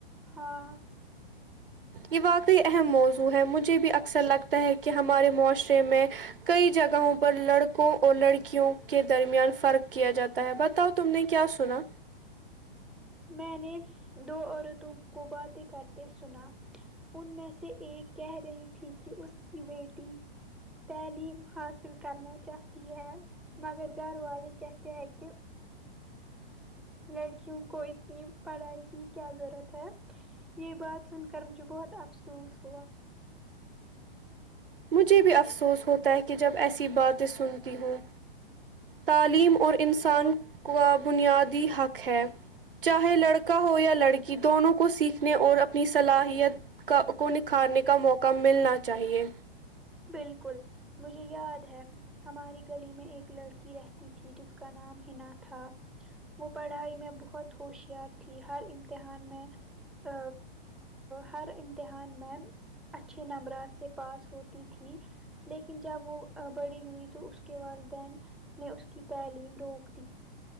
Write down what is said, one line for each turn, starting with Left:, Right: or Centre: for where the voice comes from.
Centre: ہاں
Right: یہ واقعی اہم موضوع ہے مجھے بھی اکثر لگتا ہے کہ ہمارے معاشرے میں کئی جگہوں پر لڑکوں اور لڑکیوں کے درمیان فرق کیا جاتا ہے بتاؤ تم نے کیا سنا
Centre: میں نے دو عورتوں کو باتیں کرتے سنا ان میں سے ایک کہہ رہی تھی کہ اس کی بیٹی تعلیم حاصل کرنا چاہتی ہے مگر گھر والے کہتے ہیں کہ لڑکیوں کو اتنی پڑھائی کی کیا ضرورت ہے یہ بات سن کر مجھے بہت افسوس ہوا
Right: مجھے بھی افسوس ہوتا ہے کہ جب ایسی باتیں سنتی ہوں تعلیم اور انسان کا بنیادی حق ہے چاہے لڑکا ہو یا لڑکی دونوں کو سیکھنے اور اپنی صلاحیت کا کو نکھارنے کا موقع ملنا چاہیے
Centre: بالکل مجھے یاد ہے ہماری گلی میں ایک لڑکی رہتی تھی جس کا نام حنا تھا وہ پڑھائی میں بہت ہوشیار تھی ہر امتحان میں ا ہر امتحان میں اچھے نمبرات سے پاس ہوتی تھی لیکن جب وہ بڑی ہوئی تو اس کے والدین نے اس کی تعلیم روک دی